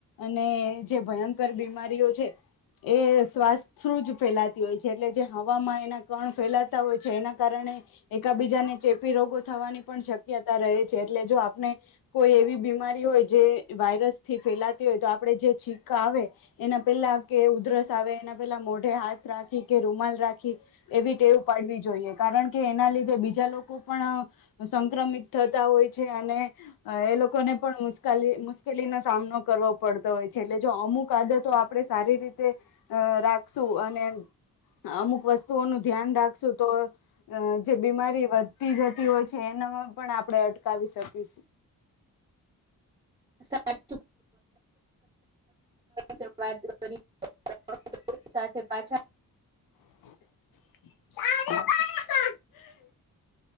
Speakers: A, on the left; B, on the right.
A: અને જે ભયંકર બીમા રીઓ છે એ શ્વાસથી જ ફેલાતી હોય છે, એટલે જે હવામાં એના કણ ફેલાતા હોય છે, એના કારણે એકબીજાને ચેપી રોગો થવાની પણ શક્યતા રહે છે. એટલે, જો આપણે કોઈ એવી બીમારી હોય જે વાયરસ થી ફેલાતી હોય તો આપડે જે છીકા આવે એના પેલા કે ઉધરસ આવે એના પેલા મોઢે હાથ રાખી કે રૂમાલ રાખી એવી ટેવ પાડવી જોઈએ કાર કારણ કે એના લીધે બીજા લોકો પણ સંક્રમિત થતા હોય છે અને એ લોકો ને પણ મુશ કેલી નો સામનો કરવો પડતો હોય છે એટલે અમુક આદતો આપડે સારી રીતે રાખશું અને અમુક વસ્તુઓનું ધ્યાન રાખશું તો જે બીમારી વધતી જતી હોય છે પણ આપણેે અટકાવી શકીશ
B: સાચુ સર વાત કરી <inaudible> <inaudible> સાથે પાછા
A: <inaudible>